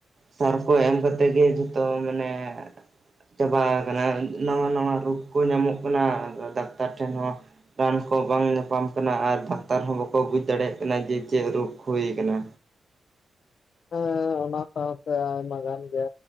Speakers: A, on the right; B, on the left.
A: ᱥᱟᱨ ᱠᱚ ᱮᱢ ᱠᱟᱛᱮᱫ ᱜᱮ ᱡᱷᱚᱛᱚ ᱢᱟᱱᱮ ᱪᱟᱵᱟ ᱠᱟᱱᱟ ᱱᱟᱣᱟ ᱱᱟᱣᱟ ᱨᱳᱜᱽ ᱠᱚ ᱧᱟᱢᱚᱜ ᱠᱟᱱᱟ ᱰᱟᱠᱛᱟᱨ ᱴᱷᱮᱱ ᱦᱚᱸ ᱨᱟᱱ ᱠᱚ ᱵᱟᱝ ᱧᱟᱯᱟᱢ ᱠᱟᱱᱟ ᱟᱨ ᱰᱟᱠᱛᱟᱨ ᱦᱚᱸ ᱵᱟᱠᱚ ᱵᱩᱡᱽ ᱫᱟᱲᱮᱭᱟᱜ ᱠᱟᱱᱟ ᱡᱮ ᱪᱮᱫ ᱨᱩᱠᱷ ᱦᱩᱭ ᱟᱠᱟᱱᱟ
B: ᱦᱮᱸ ᱚᱱᱟ ᱥᱟᱶ ᱛᱮ ᱟᱭᱢᱟ ᱜᱟᱱ ᱜᱮᱼᱼ